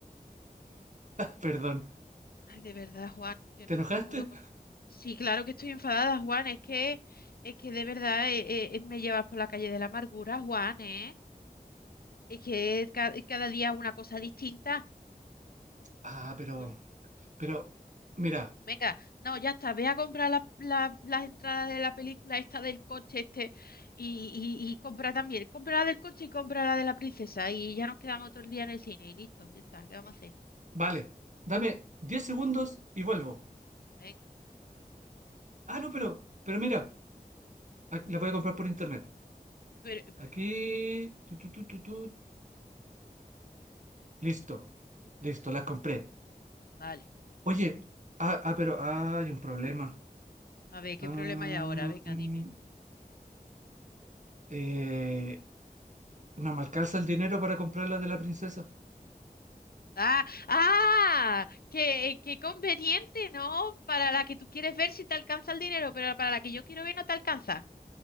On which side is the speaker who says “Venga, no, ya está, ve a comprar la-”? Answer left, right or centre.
Left